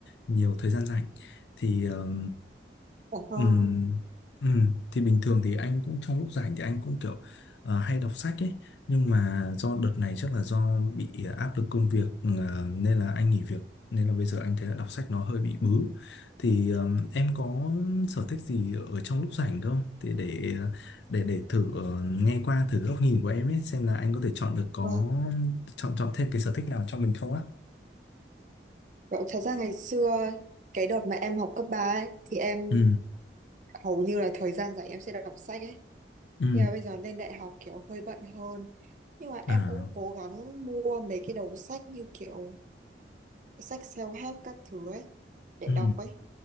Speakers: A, on the left (about 80°); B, on the right (about 45°).
A: nhiều thời gian rảnh thì ờ,
B: Dạ vâng,
A: Ừ, ừ. Thì bình thường thì anh cũng trong lúc rảnh thì anh cũng kiểu ờ, hay đọc sách ấy nhưng mà do đợt này chắc là do bị ờ, áp lực công việc ờ, nên là anh nghỉ việc nên là bây giờ anh thấy là đọc sách nó hơi bị bứ thì ờ, em có sở thích gì ở trong lúc rảnh không thì để ờ, để để thử ờ, nghe qua thử góc nhìn của em ấy xem là anh có thể chọn được có
B: vâng.
A: chọn chọn thêm cái sở thích nào cho mình không á
B: Dạ, thật ra ngày xưa cái đợt mà em học cấp 3 ấy, thì em
A: ừ
B: hầu như là thời gian rảnh em sẽ đọc sách ấy.
A: ừ
B: Nhưng mà bây giờ lên đại học kiểu hơi bận hơn. Nhưng mà
A: à
B: em cũng cố gắng mua mấy cái đầu sách như kiểu sách self-help các thứ ấy để
A: ừ
B: đọc ấy.